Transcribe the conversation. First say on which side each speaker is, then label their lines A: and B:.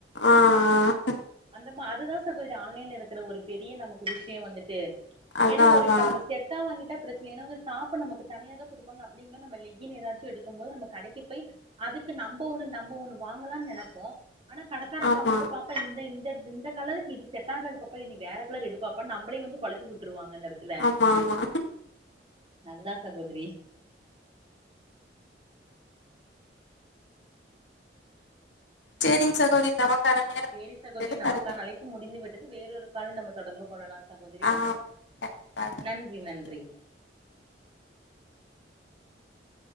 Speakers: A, on the left; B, on the right.
A: ஆஹ் ஆஹ
B: அந்த மா அதுதான் சொல்றேன் ஆன்லைன்ல இருக்குற ஒரு பெரிய நமக்கு விஷயம் வந்துட்டு
A: அதா
B: ஏன்னா ஒரு
A: அதா
B: இப்ப நம்ம செட்டா வாங்கிட்டா பிரச்சனைனா வந்து டாப் நமக்கு தனியான் கொடுப்பாங்க அப்டிங்கும்போது நம்ம லெகின் எதாச்சும் எடுக்கும் போது நம்ம கடைக்கு போய் அதுக்கு நம்ப ஒண்ணு நம்ம ஒண்ணு வாங்கலானு நெனப்போ ஆனா கடக்காரக்கா
A: ஆமா
B: வந்து பாத்தா இந்த இந்த இந்த கலருக்கு இது செட்டாகாது பாப்பா நீ வேற கலரு எடு பாப்பானு நம்மளையும் வந்து கொழப்பி விட்ருவாங்க அந்த எடத்துல
A: ஆமா ஆமா
B: நல்லா ச பதிரி
A: சேரிங்க சகோதரி நமக்கான நேரம்
B: சேரி
A: முடிந்தது
B: சகோதரி நமக்கான
A: அடுத்த
B: அழைப்பு முடிந்து விட்டது வேறொரு கால் நம்ம தொடர்பு கொள்ளலா சகோதரி
A: ஆ கண்டிப்பா
B: நன்றி நன்றி <inaudible>